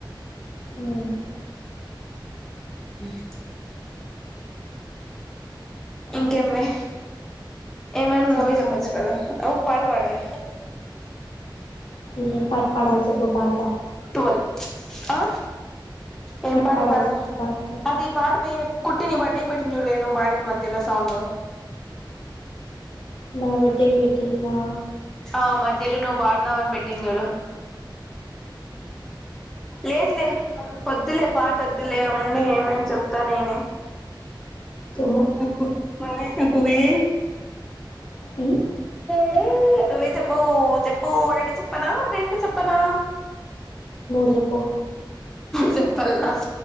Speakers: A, on the left; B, in the centre.
A: మ్మ్
B: మ్మ్ ఇంకేం వే ఏమైనా
A: చెప్పాలిరా
B: మూవీ చెప్పచ్చు కదా ఒక పాట పాడు వే
A: ఏం పాట్ పాడాలి చెప్పు పాడతా
B: టువల్ ఆ ఏం పాట
A: పాడాలి
B: పాడద
A: చెప్పు పాడతా
B: అదే బాడవె కుట్టి ని బర్డేకి పెట్టింది చూడువె ను బాడింది మధ్యలో సాంగ్
A: నా బర్డేకి పెట్టిందా
B: ఆ మధ్యలో నువ్వు బాడినావని పెట్టిందిజూడు లేద్లే వద్దులే పాటొద్దులే ఉండు ఏమని చెప్తా నేనే
A: చెప్పు
B: కొట్టు కోవే చెకువే
A: మ్మ్
B: ఊ నువ్వే చెప్పు చెప్పు ఒకటి చెప్పనా రెండు చెప్పనా
A: జెప్పు
B: జపల్లా